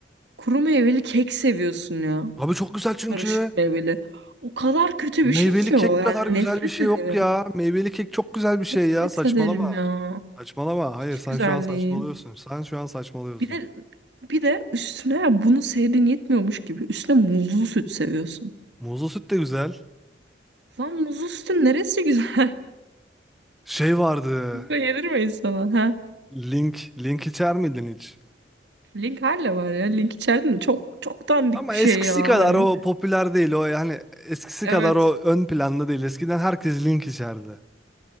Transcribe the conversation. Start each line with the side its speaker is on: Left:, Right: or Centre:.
Right: Kuru meyveli kek seviyorsun ya.
Centre: Abi çok güzel çünkü.
Right: Karışık meyveli. O kadar kötü
Centre: Meyveli
Right: bir şey ki
Centre: kek
Right: o. Yani
Centre: kadar güzel
Right: nefret
Centre: bir şey
Right: ederim.
Centre: yok ya. Meyveli kek çok güzel bir şey
Right: Nefret
Centre: ya. Saçmalama.
Right: ederim ya.
Centre: Saçmalama. Hayır
Right: Hiç
Centre: sen
Right: güzel
Centre: şu an saçmalıyorsun.
Right: değil.
Centre: Sen şu an saçmalıyorsun.
Right: Bir de bir de üstüne bunu sevdiğin yetmiyormuş gibi üstüne muzlu süt seviyorsun.
Centre: Muzlu süt de güzel.
Right: Lan muzlu sütün neresi güzel? <laughs>
Centre: Şey vardı.
Right: Böyle Yenir mi insana? Ha?
Centre: Link. Link içer miydin hiç?
Right: Link hala var ya. Link içeride de çok çok dandik
Centre: Ama
Right: bir
Centre: eskisi
Right: şey ya
Centre: kadar
Right: hani.
Centre: o popüler değil o yani eskisi
Right: Evet.
Centre: kadar o ön planda değil. Eskiden herkes Link içerdi.